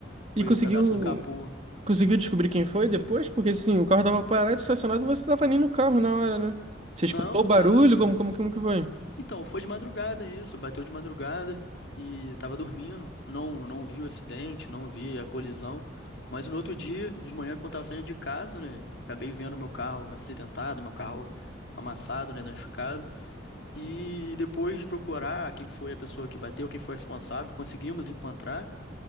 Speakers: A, on the left; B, on the right.
A: foi
B: E conseguiu.
A: um pedaço do capô.
B: Conseguiu descobrir quem foi depois? Porque assim, o carro tava parado, estacionado, você tava nem no carro na hora, né? Você
A: Não,
B: escutou
A: não
B: o barulho?
A: tava.
B: Como, como, como que foi?
A: Então, foi de madrugada isso, bateu de madrugada e eu tava dormindo. Não, não vi o acidente, não vi a colisão. Mas no outro dia, de manhã, quando tava saindo de casa, né? Acabei vendo meu carro acidentado, meu carro amassado, né? Danificado. E depois de procurar quem foi a pessoa que bateu, quem foi responsável, conseguimos encontrar